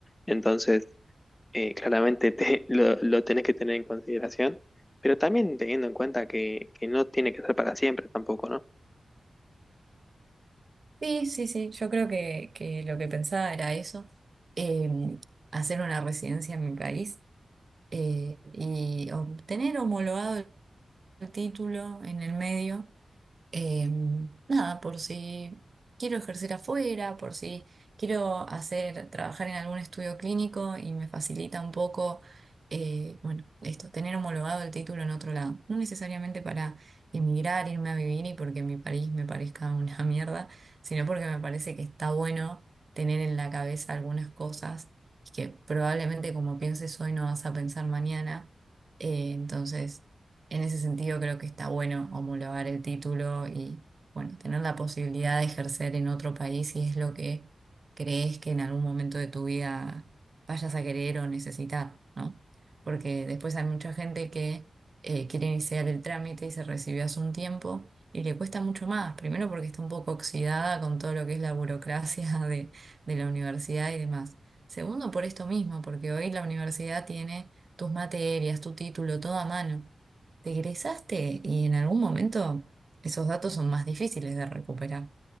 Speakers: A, on the left; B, on the right.
A: Entonces, eh, claramente te- <laughs> lo, lo tenés que tener en consideración, pero también teniendo en cuenta que, que no tiene que ser para siempre tampoco, ¿no?
B: sí, sí, sí, yo creo que, que lo que pensaba era eso, eh, hacer una residencia en mi país eh, y obtener homologado el título en el medio Eh, nada, por si quiero ejercer afuera, por si quiero hacer, trabajar en algún estudio clínico y me facilita un poco, eh, bueno, esto, tener homologado el título en otro lado. No necesariamente para emigrar, irme a vivir y porque mi país me parezca una <laughs> mierda, sino porque me parece que está bueno tener en la cabeza algunas cosas que probablemente como pienses hoy no vas a pensar mañana. Eh, entonces. En ese sentido, creo que está bueno homologar el título y, bueno, tener la posibilidad de ejercer en otro país si es lo que crees que en algún momento de tu vida vayas a querer o necesitar, ¿no? Porque después hay mucha gente que eh, quiere iniciar el trámite y se recibió hace un tiempo y le cuesta mucho más. Primero porque está un poco oxidada con todo lo que es la burocracia <laughs> de, de la universidad y demás. Segundo, por esto mismo, porque hoy la universidad tiene tus materias, tu título, todo a mano. Te egresaste y en algún momento esos datos son más difíciles de recuperar.